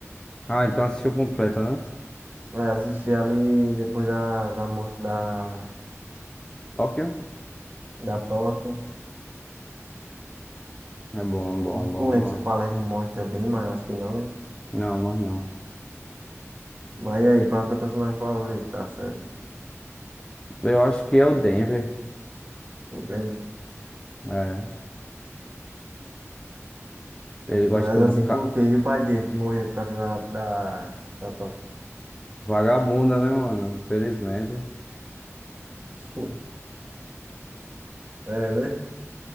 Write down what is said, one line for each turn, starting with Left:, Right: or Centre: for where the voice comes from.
Left: Ah, então assistiu completa, né?
Right: É, assisti ali depois da, da morte da,
Left: Tóquio?
Right: da Tóquio.
Left: É bom, bom,
Right: Não,
Left: bom,
Right: não lembro
Left: não.
Right: se o Palermo morre também, mas acho que não, né?
Left: Não, mas não.
Right: Mas e aí, qual é o teu personagem favorito da série?
Left: Eu acho que é o Denver.
Right: Tudo bem.
Left: É. Ele
Right: Mas
Left: gosta de umas
Right: assim,
Left: ca...
Right: por quê? E o pai dele que morreu por causa da, da, da toca?
Left: vagabundas, né, mano? Infelizmente.
Right: <laughs> É, né?